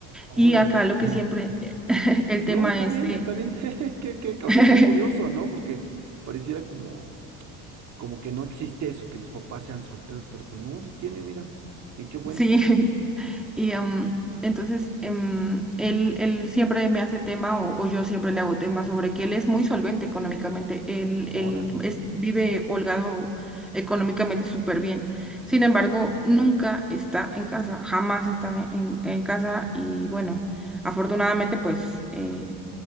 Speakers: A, on the right; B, in the centre.
A: órale.
B: Y acá lo
A: <laughs>
B: que siempre, <laughs> el
A: No,
B: tema
A: está
B: es
A: bien,
B: de...
A: está bien. <laughs> que que, o
B: <laughs>
A: sea, está curioso, ¿no? Porque pareciera como, como que no existe eso, que los papás sean solteros, pero pues no, sí tiene, mira. Y qué bueno.
B: Sí, Y em, entonces em, él, él siempre me hace tema o, o yo siempre le hago tema sobre que él es muy solvente económicamente, él,
A: Órale.
B: él es, vive holgado económicamente súper bien. Sin embargo, nunca está en casa, jamás está en, en casa y bueno, afortunadamente pues eh,